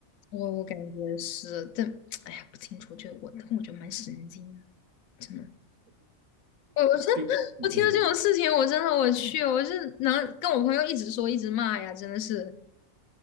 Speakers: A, on the left; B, on the right.
A: 我我感觉是，但 <tsk> 哎呀不清楚，我觉得我但我觉得蛮神经的，真的。我我真，
B: 就嗯嗯，
A: 我听到这种事情，我真的我去，我是能跟我朋友一直说一直骂呀，真的是